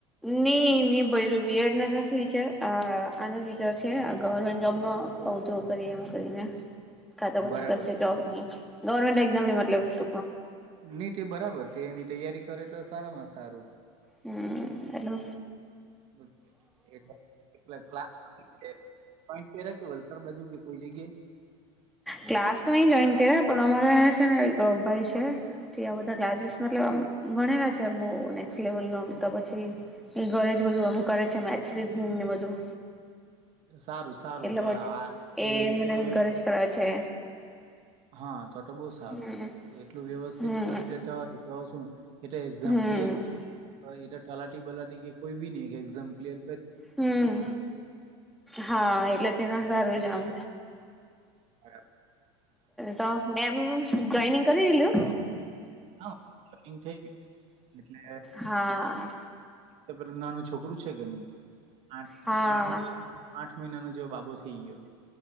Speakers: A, in the centre; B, on the right (about 40°).
A: નઈ નહી ભ બીએડ ન નથી વિચાર આનો જ વિચાર છે ગવર્મેન્ટ જોબ નો હ આવ તો કરી એમ કરીને કતા કરછ
B: બરાબર
A: બબ ગવર્મેન્ટ એક્ઝામ ની મતલબ ત
B: નહી તે બરાબર તે એની તૈયારી કરે તો સારામાં સારું
A: હમ હલો
B: બ એટ એટલે્લાઈન્ટ પ કે વલસાડ બાજુ કે કોઈ જગ્યા
A: ક્લાસ તો નહી જોઈન કર્યા પણ અમારેં છે ને એક ભાઈ છે તે આ બધા ક્લાસીસ મતલબ ભણેલા છે બહ નેક્ લેવલ નું તો પછી એ ઘરે જ બધું અમ કરે છે જીમ ને બધું
B: સારું સારું
A: એટલે
B: તો
A: પછી
B: આ
A: એ
B: એવી રીતે
A: મને ઘરે જ કરાવે છે
B: હા તો તો બઉ સારું
A: હમ
B: એટલું વ્યવસ્થિત
A: હમ
B: કરી દેતા હોય તો શું એટ એક્સામ
A: હમ
B: ક્લયર એટ તલાટી બાલાટી કે કોઈ બ ન એઝામ ક્લયર
A: હમ હા એટલે તેના સારું જમ
B: હ
A: તો મેમ જોઈનિંગ કરી દેલું
B: હા જોઈનિંગ થઈ ગ્યું એટલે
A: હા
B: ે પેલુ નાનું છોકરું છે કે નહી આઠ
A: હા
B: આઠ આઠ મહિનાનો જેવો બાબો થઈ ગયો